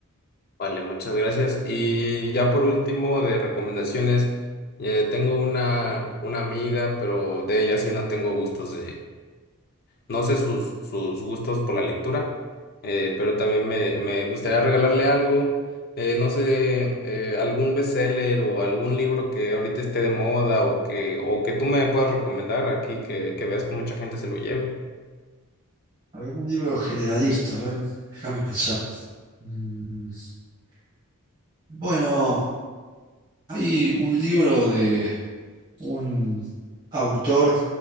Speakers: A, on the left (about 45°); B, on the right (about 20°).
A: Vale, muchas gracias. Y ya por último, de recomendaciones, eh, tengo una, una amiga, pero de ella sí no tengo gustos No sé sus, sus gustos por la lectura, eh, pero también me, me gustaría regalarle algo, eh, no sé, eh, algún bestseller o algún libro que ahorita esté de moda o que, o que tú me puedas recomendar aquí, que, que veas que mucha gente se lo lleve.
B: ¿Algún libro generalista? A ver, déjame pensar. Mm, Bueno, hay un libro de un autor